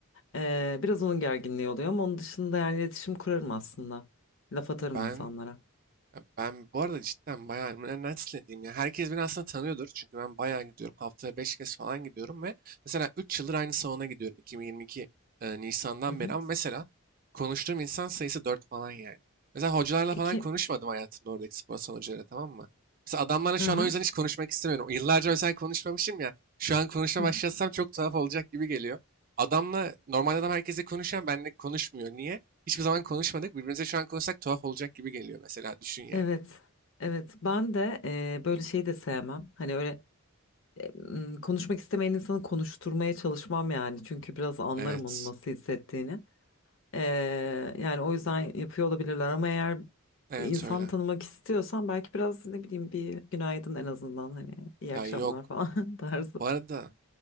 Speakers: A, on the left; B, on the right.
A: E, biraz onun gerginliği oluyor ama onun dışında yani iletişim kurarım aslında laf atarım
B: ben
A: insanlara.
B: Ya Ben bu arada cidden bayağı ben nasıl diyeyim ya herkes beni aslında tanıyordur çünkü ben bayağı gidiyorum haftaya 5 kez falan gidiyorum ve mesela 3 yıldır aynı salona gidiyorum 2022 e, Nisan'dan
A: Hı hı.
B: beri ama mesela konuştuğum insan sayısı 4 falan yani. Mesela hocalarla
A: İki,
B: falan konuşmadım hayatımda oradaki spor salonu hocalarıyla tamam mı? Mesela adamlarla
A: aha.
B: şu an o yüzden hiç konuşmak istemiyorum. Yıllarca mesela konuşmamışım ya şu an konuşmaya
A: Hı
B: başlasam
A: hı.
B: çok tuhaf olacak gibi geliyor. Adamla normal adam herkese konuşan benle konuşmuyor. Niye? Hiçbir zaman konuşmadık. Birbirimize şu an konuşsak tuhaf olacak gibi geliyor mesela. Düşün yani.
A: Evet. Evet ben de e, böyle şeyi de sevmem. Hani öyle m, konuşmak istemeyen insanı konuşturmaya çalışmam yani. Çünkü biraz anlarım
B: Evet.
A: onun nasıl hissettiğini. Ee, yani o yüzden yapıyor olabilirler ama eğer
B: Evet
A: insan
B: öyle.
A: tanımak istiyorsan belki biraz ne bileyim bir günaydın en azından hani iyi
B: Ya
A: akşamlar
B: yok.
A: falan <laughs> tarzı.
B: Bu arada